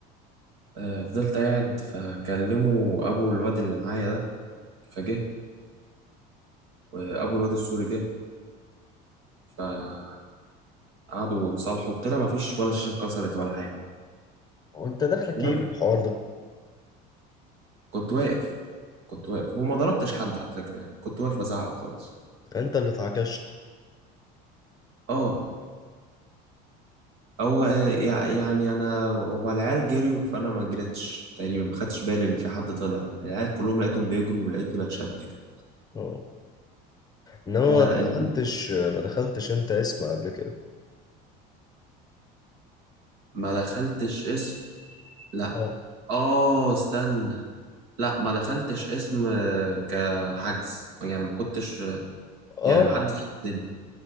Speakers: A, on the right (about 70°); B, on the left (about 20°).
A: آه، فضلت قاعد فكلموا ابو الواد اللي معايا ده فجه وابو الواد السوري جه فقعدوا اتصالحوا وطلع ما فيش ولا شاشه اتكسرت ولا حاجه
B: وانت داخلك
A: المهم
B: ايه بالحوار ده
A: كنت واقف كنت واقف وما ضربتش حد على فكره يعني كنت واقف بزعق وخلاص
B: انت اللي اتعكشت
A: اه او آه، يع- يعني انا هما العيال جريوا فانا ما جريتش تقريبا ما خدتش بالي ان في حد طلع العيال كلهم لقيتهم بيجروا ولقيتني بتشد كده
B: اه ان هو
A: فال-
B: ما دخلتش ما دخلتش انت اسم قبل كده
A: ما دخلتش اسم لا
B: اه
A: اه استنى لا ما دخلتش اسم آه، كحجز يعني ما كنتش
B: اه
A: يعني ما حدش شدني